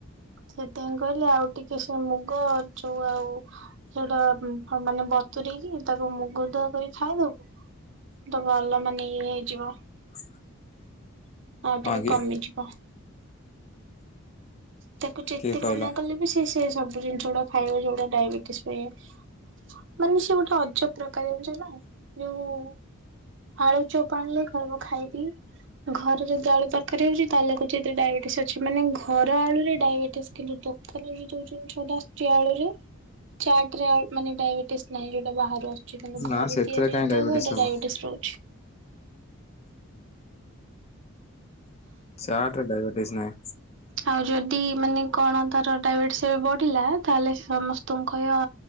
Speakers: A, on the right; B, on the left.
A: ସେଥିପାଇଁ କହିଲେ ଆଉ ଟିକେ ସେ ମୁଗ ଯୋଉ ଆଉ ସେଇଗୁଡ଼ା ମାନେ ବତୁରେକି ତାକୁ ମୁ ଗୁଦ କରି ଖାଇଦବୁ ତ ଭଲ ମାନେ ଇଏ ହେଇଯିବ।
B: <inaudible>
A: ଆଉ ଟିକେ
B: କି
A: କମିଯିବ। ତାକୁ ଯେତେ
B: କିଏ କହିଲା?
A: ମନା କଲେ ବି ସେ ସେ ସବୁ ଜିନିଷ ଗୁଡ଼ା ଖାଇବ ଯଉଗୁଡ଼ା ଡାଇବେଟିସ ପାଇଁ ଇଏ। ମାନେ ସିଏ ଗୋଟେ ଅଜବ ପ୍ରକାର। ଜାଣିଛନା ଯୋଉ ଆଳୁ ଚପ୍ ଆଣିଲେ କହିବ ଖାଇବି। ଘରେ ଯଦି ଆଳୁ ତରକାରୀ ହଉଛି ତାହେଲେ କହୁଛି ଏଥିରେ ଡାଇବେଟିସ୍ ଅଛି। ମାନେ ଘର ଆଳୁରେ ଡାଇବେଟିସ୍ କିନ୍ତୁ ଦୋ ଦୋକାନରେ ଯୋଉ ଜିନିଷଟା ଆସୁଛି ଆଳୁରେ। ଚାଟ ରେ ମାନେ ଡାଇବେଟିସ୍ ନାହିଁ। ଯୋଉଟା ବାହାରୁ ଆସୁଛି। କିନ୍ତୁ
B: ନା
A: ଘରେ
B: ସେଥିରେ
A: ତିଆରି
B: କାହିଁ
A: ଯଦି
B: ଡାଇବେଟିସ୍
A: ହେବ ଏଇଟା
B: ହବ
A: ଡାଇବେଟିସ୍ ପ୍ରିବ୍ଲେମ।
B: ଚାଟରେ ଡାଇବେର୍ଟିସ୍ ନାହିଁ।
A: ଆଉ ଯଦି ମାନେ କଣ ତାର ଡାଇବେଟିସ ବଢିଲା। ତାହେଲେ ସମସ୍ତଙ୍କୁ କହିବ।